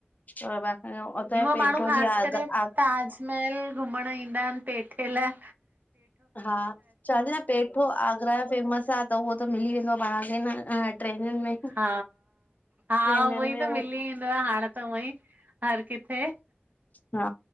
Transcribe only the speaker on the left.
और बाक़ी हुतां
जो पेठो
जी आग
आग
हा, चवां ती न पेठो आगरा फेमस आ। त उहो त मिली वेंदो आहे। पाण खे न ट्रेनियुनि में।
ट्रेनियुनि
में
हा,